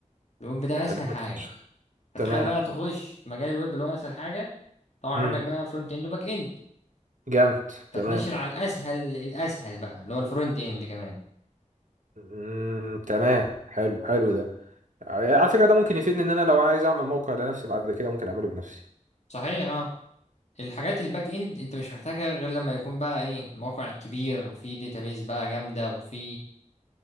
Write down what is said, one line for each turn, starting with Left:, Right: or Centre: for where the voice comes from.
Left: الويب ده
Right: جامد
Left: اسهل حاجة
Right: فشخ
Left: فتخيل
Right: تمام
Left: بقى تخش مجال الويب اللي هو اسهل حاجة طبعا عندك
Right: امم
Left: بقى فرونت اند وباك اند
Right: جامد
Left: فتنشل
Right: تمام
Left: على الاسهل الاسهل بقى اللي هو الفرونت اند كمان
Right: امم تمام حلو حلو ده على فكرة ده ممكن يفيدني ان انا لو عايز اعمل موقع لنفسي بعد كده ممكن اعمله بنفسي
Left: صحيح اه الحاجات الباك اند انت مش محتاجها غير لما يكون بقى ايه الموقع الكبير وفي داتابيز بقى جامده وفي